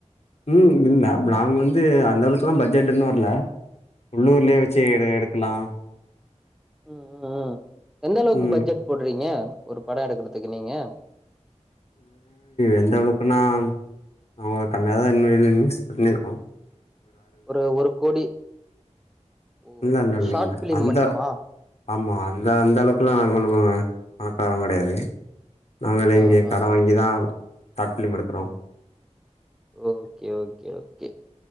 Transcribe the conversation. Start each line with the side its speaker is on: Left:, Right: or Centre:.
Left: ம் இல்ல நாங்க வந்து அந்த அளவுக்குல்லா பட்ஜெட் இன்னு வரு உள்ளூர்லயே வச்சு எடுக்கலா
Centre: உம் உம் உம் எந்த அளவுக்கு
Left: ம்
Centre: பட்ஜெட் போடுறீங்க ஒரு பட எடுக்குறதுக்கு நீங்க
Left: எந்த அளவுக்குனா நாங்க கம்மிய தா இது இஸ் பண்ணியிருக்கோ
Centre: ஒரு ஒரு கோடி ஓ
Left: இல்ல இல்ல இல்ல
Centre: ஷார்ட்
Left: இல்ல
Centre: பிலிம்
Left: அந்த
Centre: மட்டுமா
Left: ஆமா அந்த அந்த அளவுக்குலா நாங்க கொன்னு பணக்காரவங்க கெடயாது நாங்களே
Centre: ஆ
Left: இங்கே
Centre: ஆ
Left: கட
Centre: ஆ
Left: வாங்கி தா சாட் பிலிம் எடுக்குறோ
Centre: ஓகே ஓகே ஓகே